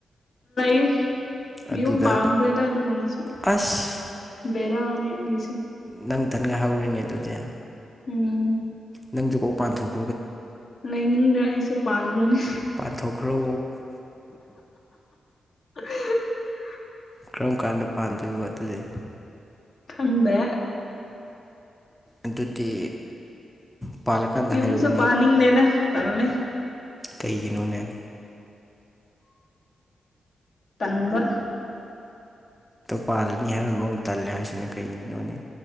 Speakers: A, on the left (about 60°); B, in the centre.
A: ꯏ ꯃꯤꯨꯝ
B: ꯑꯗꯨꯗ
A: ꯄꯥꯡꯈ꯭ꯔꯦꯗ
B: ꯑꯗꯨꯝ
A: ꯑꯗꯨ ꯍꯣꯁ
B: ꯑꯁ
A: ꯕꯔꯅꯦ ꯑꯩꯁ
B: ꯅꯪꯊꯟꯒ ꯍꯧꯔꯤꯅꯦ ꯑꯗꯨꯗꯤ
A: ꯎꯝ
B: ꯅꯪ ꯨꯀꯧ ꯄꯥꯟꯊꯣꯛꯎ
A: ꯂꯩꯅꯤꯡꯗ꯭ꯔꯦ ꯑꯩꯁꯨ ꯄꯥꯟꯈ꯭ꯔꯅꯤ
B: ꯄꯊ ꯈ꯭ꯔꯣ
A: <unintelligible> <inaudible>
B: ꯀꯔꯝ ꯀꯥꯟꯗ ꯄꯥꯟꯗꯣꯏꯅꯣ ꯑꯗꯨꯗꯤ
A: ꯐꯪꯕ
B: ꯑꯗꯨꯗꯤ ꯄꯥꯜꯂꯀꯥꯟꯗ
A: ꯌꯨꯝꯁꯨꯣ
B: ꯍꯥꯏꯔꯛꯎꯅꯦ
A: ꯄꯅꯤ ꯗꯦꯗ ꯇꯜꯦ
B: ꯀꯩꯒꯤꯅꯣꯅꯦ
A: ꯇꯟꯕ
B: ꯄꯥꯜꯜꯂꯤꯅꯤ ꯍꯥꯏꯔ ꯃꯑꯣꯡ ꯇꯜꯂꯦ ꯍꯥꯏꯁꯤꯅ ꯀꯩꯒꯤꯅꯣ